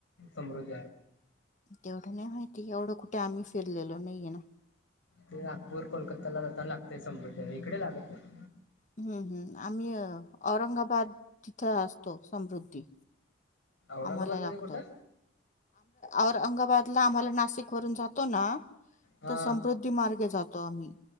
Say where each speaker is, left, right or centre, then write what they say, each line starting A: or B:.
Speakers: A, on the left (about 65°); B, on the left (about 35°).
A: समृद्ध
B: तेवढ नाही माहिती एवढ कुठे आम्ही फिरलेलो नाहीये ना.
A: ते नागपूर कोलकाता ला जाताना लागतय समृद्धी इकडे लागत नाही.
B: हम्म हम्म आम्ही औरंगाबाद तिथ असतो समृद्धी.
A: औरंगाबाद
B: आम्हाला लागतो.
A: मध्ये कुठं
B: औरंगाबादला आम्हाला नाशिक वरून जातो ना
A: हा
B: तर समृद्धी मार्गे जातो आम्ही.